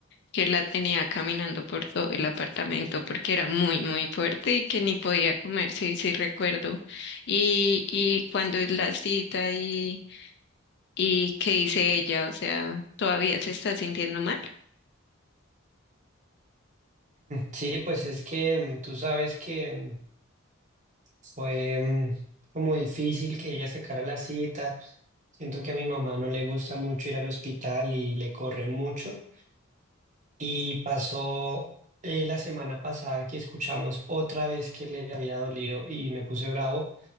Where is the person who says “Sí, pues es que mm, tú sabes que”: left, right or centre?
Right